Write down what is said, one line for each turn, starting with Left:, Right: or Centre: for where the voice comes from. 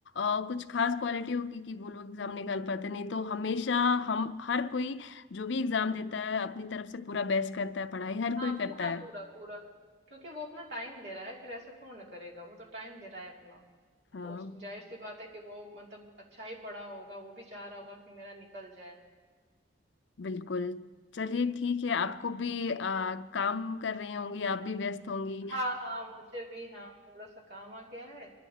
Left: और कुछ खास क्वालिटी होगी कि वो लोग एग्जाम निकाल पाते हैं। नहीं तो हमेशा हम हर कोई जो भी एग्जाम देता है अपनी तरफ से पूरा बेस्ट करता है पढ़ाई हर
Right: हाँ
Left: कोई करता
Right: पूरा
Left: है
Right: पूरा पूरा क्योंकि वो अपना टाइम दे रहा है फिर ऐसे थोड़ा ना करेगा वो तो टाइम दे रहा है अपना
Left: हाँ
Right: तो उस- जाहिर सी बात है कि वो मतलब अच्छा ही पढ़ा होगा वो भी चाह रहा होगा कि मेरा निकल जाए
Left: बिल्कुल चलिए ठीक है आपको भी आ, काम कर रही होंगी आप भी व्यस्त होंगी
Right: हाँ हाँ मुझे भी हाँ थोड़ा सा काम आ गया है